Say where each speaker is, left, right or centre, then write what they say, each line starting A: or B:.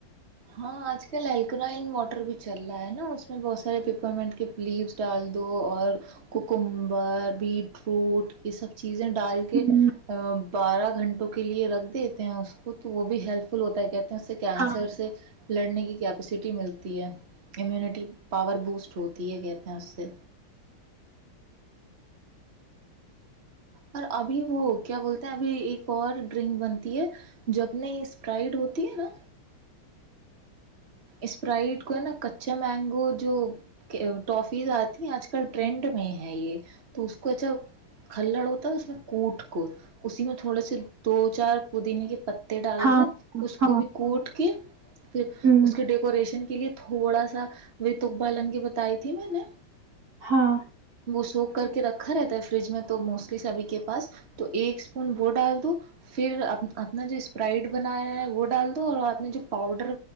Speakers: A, on the right (about 35°); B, on the right (about 50°).
A: ہاں آج کل الکرائن ماٹر بھی چل رہا ہے نا اس میں بہت سارے پیپر مینٹ کے لیوس ڈال دو اور کوکمبر بیٹ روٹ یہ سب چیز چیزیں ڈال کے
B: ہوں
A: بارہ گھنٹوں کے لیے رکھ دیتے ہیں اس کو تو وہ بھی ہیلپ فل ہوتا ہے کہتے ہیں سے کینسر
B: ہاں
A: سے لڑنے کی کیپیسٹی ملتی ہے امیونٹی پاور بوسٹ ہوتی ہے کہتے ہیں اس سے اور ابھی وہ کیا بولتے ہیں ابھی ایک اور ڈرنک بنتی ہے جب نہیں اسپرائڈ ہوتی ہے نا اسپرائٹ کو ہے نا کچا مینگو جو ٹافیز آتی ہیں آج کل ٹرینڈ میں ہے یہ تو اس کو ایچھا کھلڑ ہوتا ہے اس میں کوٹ کو اسی میں تھوڑا سے دو چار پودینے کے پتے ڈال
B: ہاں
A: دو اس
B: ہاں
A: کو بھی کوٹ کے پھر
B: ہوں
A: اس کے ڈیکوریشن کے لیے تھوڑا سا رتکب لنگی بتائی تھی میں نے
B: ہاں
A: وہ سو کر کے رکھا رہتا ہے فریج میں تو موسٹلی سبھی کے پاس تو ایک اسپون وہ ڈال دو پھر اپنا جو اسپرائڈ بنایا ہے وہ ڈال دو اور آپ نے جو پاؤڈر